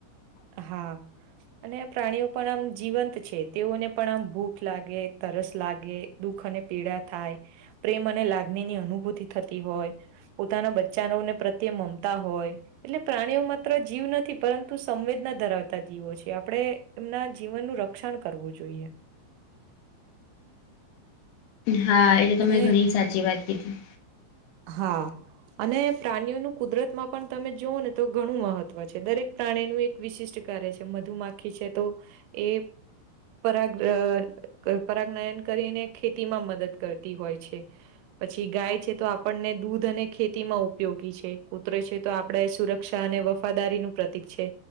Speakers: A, on the right; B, on the left.
A: હા. અને પ્રાણીઓ પણ આમ જીવંત છે તેઓને પણ આમ ભૂખ લાગે તરસ લાગે. દુઃખ અને પીડા થાય પ્રેમ અને લાગણી ની અનુભૂતિ થતી હોય. પોતાના બચ્ચાનોને પ્રત્યે મમતા હોય એટલે પ્રાણીઓ માત્ર જીવ નથી પરંતુ સંવેદના ધરાવતા જીવો છે આપણે એમના જીવનનું રક્ષણ કરવું જોઈએ. <unintelligible>
B: હા એ તો
A: અને
B: તમે ઘણી સાચી વાત કીધી
A: હા. અને પ્રાણીઓનું કુદરત માં પણ તમે જોઓ ને તો ઘણું મહત્વ છે દરેક પ્રાણી એક વિશિષ્ટ કાર્ય છે મધુમાખી છે તો એ પરાગ અ પરાગયન કરીને ખેતી માં મદદ કરતી હોય છે. પછી ગાય છે તો આપણને દૂધ અને ખેતીમાં ઉપયોગી છે કૂતરે છે તો આપણે સુરક્ષા અને વફાદારીનું પ્રતિક છે.